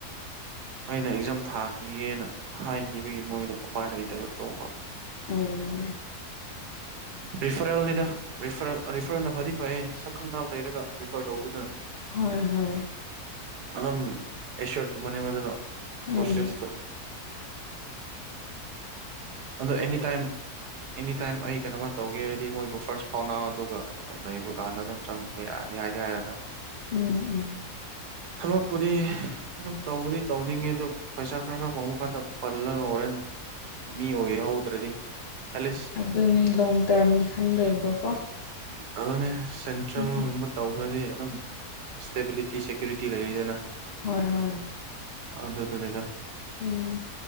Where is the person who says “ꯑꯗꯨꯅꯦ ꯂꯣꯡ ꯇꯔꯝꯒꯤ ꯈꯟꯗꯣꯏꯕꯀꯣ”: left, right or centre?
Left